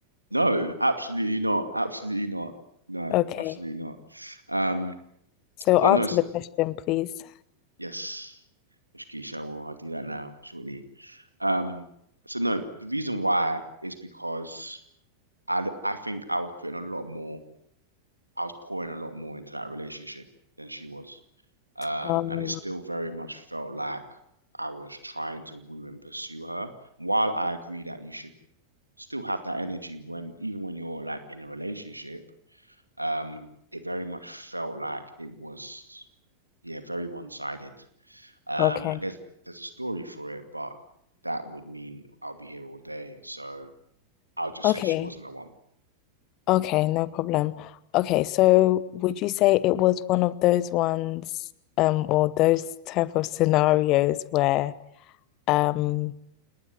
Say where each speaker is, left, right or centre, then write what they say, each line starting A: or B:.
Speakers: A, on the right (about 90°); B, on the left (about 40°).
A: No. Absolutely not. Absolutely not. No.
B: Okay.
A: Absolutely not. Um.
B: So
A: But
B: answer
A: no. s-
B: the question, please.
A: Yes. Ishkeisha, I will. I'll do that now shortly. Um. So no. The reason why is because I I think I was putting a lot more. I was pouring a lot more into that relationship than she was. Um,
B: Um,
A: and it still very much felt like I was trying to woo and pursue her. While I agree that you should still have that energy when, even when you're like in a relationship, um, it very much felt like it was, yeah, very one-sided. Um,
B: okay.
A: and there's there's a story for it, but that would mean I'll be here all day. So I'll just
B: Okay.
A: say she wasn't the one.
B: Okay, no problem. Okay, so would you say it was one of those ones, um, or those type of scenarios where um